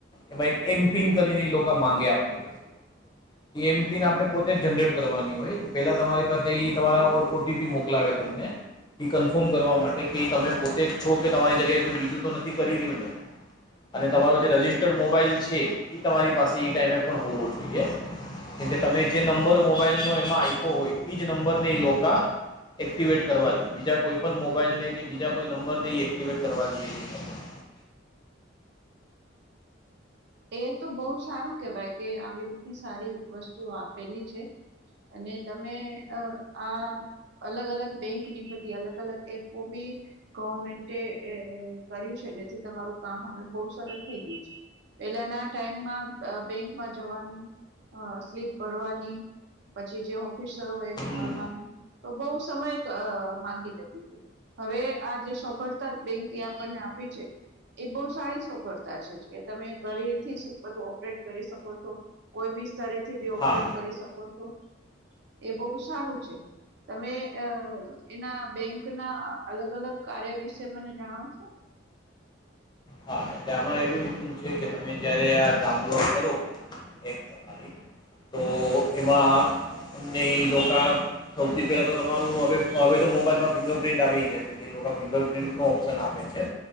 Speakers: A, on the left (about 20°); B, on the right (about 60°).
A: એમાં એક એમપિન કરીને એ લોકો માંગે આપની વાત
B: હ
A: એ એમપિન આપણે પોતે જ જનરેટ કરવાની હોય તો પહેલા તમારી પાસે એ તમારા ઓટીપી મોકલાવે તમને એ કન્ફર્મ કરવા માટે કે તમે પોતે જ છો કે તમારી જગ્યાએ કોઈ બીજું તો નથી કરી રહ્યું ને અને તમારો જે રજિસ્ટર્ડ મોબાઈલ છે એ તમારી પાસે એ ટાઈમે પણ હોવો જોઈએ કે કે તમે જે નંબર મોબાઈલ નો એમાં આપ્યો હોય એજ નંબરને એ લોકા એક્ટિવેટ કરવાથીઈ બીજા કોઈ પણ મોબાઈલ ને કે બીજા કોઈ નંબર ને એક્ટિવેટ કરવા દઈએ તમે
B: એ તો બહુ સારું કેવાય કે આવી રીતની સારી વસ્તુ આપેલી છે અને તમે અ આ અલગ અલગ બેંકની બધી અલગ અલગ એપો બી ગવર્મેન્ટે એ કર્યું છે જેથી તમારું કામ હવે બહુ સરળ થઈ ગયું છે. પહેલાના ટાઈમમાં બેંકમાં જવાનું સ્લીપ ભરવાની. પછી જે ઓફિસરો હોય એને
A: હમ
B: મળવાનું તો બહુ સમય માંગી લેતું હતું. હવે આ જે સફળતા બેંકે આપણને આપી છે એ બહુ સારી <inaudible> કરતા છે કે તમે ઘરેથી જ બધું ઓપરેટ કરી શકો છો કોઈ બી સ્તરે થી બી ઓપરેટ
A: હા
B: કરી શકો <inaudible> એ બહુ સારું છે. તમે અ એના બેંક ના અલગ અલગ કાર્ય વિશે મને જણાવ શો.
A: હા એટલે આમાં એવી રીતનું છે કે તમે જ્યારે આ ડાઉનલોડ કરો એપ તમારી તો એમાં અમને એ લોકા સૌથી પહેલા તો તમારું હવે હવે તો મોબાઈલમાં ફિંગર પ્રિન્ટ આવી ગયા છે. એ લોકો ફિંગર પ્રિન્ટ નો ઓપ્શન આપે છે